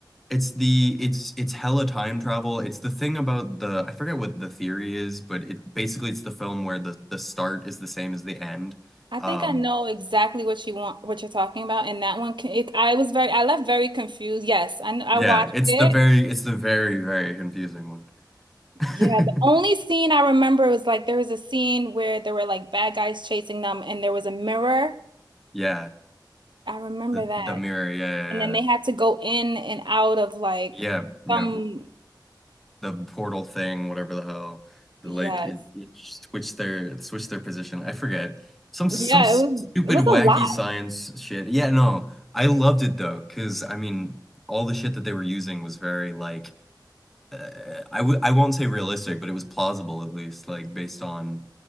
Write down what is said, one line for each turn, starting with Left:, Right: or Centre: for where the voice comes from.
Centre: it's the it's it's hella time travel. It's the thing about the I forget what the theory is, but it basically it's the film where the the start is the same as the end.
Right: I
Centre: Um,
Right: think I know exactly what you want, what you're talking about, and that one. ca- It, I was very, I left very confused. Yes, I kn- I
Centre: Yeah,
Right: watched
Centre: it's
Right: it.
Centre: the very it's the very very confusing one. <laughs>
Right: Yeah, the only scene I remember was like there was a scene where there were like bad guys chasing them, and there was a mirror.
Centre: Yeah,
Right: I remember
Centre: the
Right: that,
Centre: the mirror. Yeah, yeah,
Right: and then
Centre: yeah.
Right: they had to go in and out of like
Centre: Yeah, you
Right: some.
Centre: know, the portal thing, whatever the hell. like
Right: Yes,
Centre: it, it switched their it switched their position. I forget. Some some
Right: yeah,
Centre: stupid
Right: it was it was
Centre: wacky
Right: a lot.
Centre: science shit. Yeah, no. I loved it though, cause I mean, all the shit that they were using was very like uh, I w I won't say realistic, but it was plausible at least, like based on